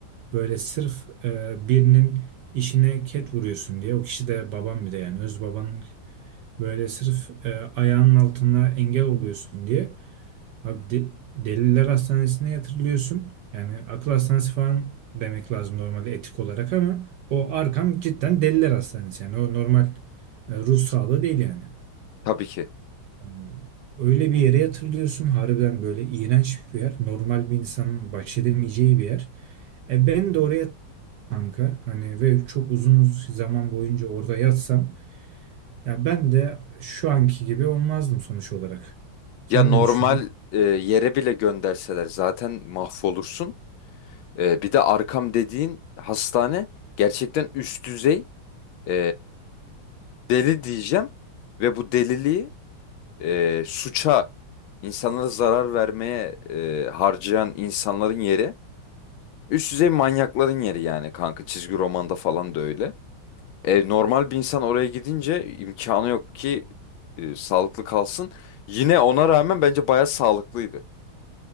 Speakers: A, on the right (about 70°); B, on the left (about 75°).
A: böyle sırf e, birinin işine ket vuruyorsun diye o kişi de babam bir de yani öz babanın böyle sırf e, ayağının altına engel oluyorsun diye Abi de- Deliler Hastanesi'ne yatırılıyorsun. Yani akıl hastanesi falan demek lazım normalde etik olarak ama o arkam cidden Deliler Hastanesi. Yani o normal e, ruh sağlığı değil yani.
B: Tabii ki.
A: E, Öyle bir yere yatırılıyorsun. Harbiden böyle iğrenç bir yer. Normal bir insanın baş edemeyeceği bir yer. E ben de oraya kanka hani ve çok uzun zaman boyunca orada yatsam ya ben de şu anki gibi olmazdım sonuç olarak. Sen
B: Ya normal
A: ne düşünüyorsun?
B: e, yere bile gönderseler zaten mahvolursun. E, bir de arkam dediğin hastane gerçekten üst düzey e, deli diyeceğim. Ve bu deliliği e, suça, insanlara zarar vermeye e, harcayan insanların yeri üst düzey manyakların yeri yani kanka. Çizgi romanda falan da öyle. E, normal bir insan oraya gidince imkanı yok ki e, sağlıklı kalsın. Yine ona rağmen bence bayağı sağlıklıydı.